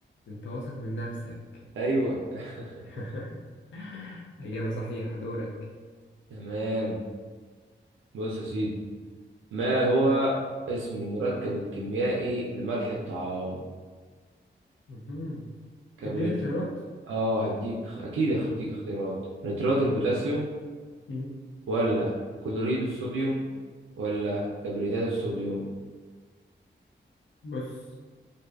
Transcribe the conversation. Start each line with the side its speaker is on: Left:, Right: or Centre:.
Left: انت واثق من نفسك
Right: ايوه <laughs>
Left: <laughs> إجابة صحيحة دورك
Right: تمام بص يا سيدي ما هو اسم المركب الكيميائي لملح الطعام
Left: مهم.
Right: كبريت
Left: تديني اختيارات
Right: اه هديك اكيد هديك اختيارات نترات البوتاسيوم
Left: مم.
Right: ولا كلوريد الصوديوم ولا كبريتات الصوديوم
Left: بص